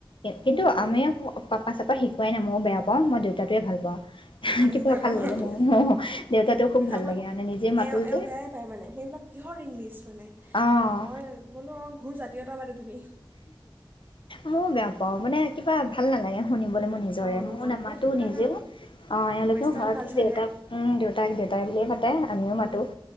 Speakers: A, on the left (about 75°); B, on the right (about 25°).
A: কিন্তু
B: উম,
A: আমি পাপা চাকক শিকোৱাই বেয়া পাওঁ মই দেউতাটোৱে ভাল পাওঁ
B: আমিও
A: কিবা
B: বেয়া
A: ভাল
B: পাওঁ
A: লাগে
B: আৰু
A: মোৰ দেউতাটো খুব ভাল
B: আমাৰ
A: লাগে মানে নিজে মাতো
B: এওঁ এওঁ
A: যে।
B: বেয়াই পায় মানে সেইবিলাক কিহৰ ইংলিছ মানে
A: অ',
B: মই বোলো সুজাতীয়তাদি তুমি
A: মই বেয়া পাওঁ মানে কিবা ভাল নালাগে শুনিবলৈ মোৰ নিজৰে
B: অঁ
A: মোৰ
B: অদ্ভুত
A: নামাতো
B: সেইবিলাক
A: নিজেও
B: আৰু
A: অঁ এওঁলোকেও
B: ৱেষ্টাৰ্ণ
A: ঘৰতো
B: কালচাৰহে
A: দেউতাক দেউতাক দেউতাই বুলিয়ে পাতে আমিও মাতোঁ
B: উম,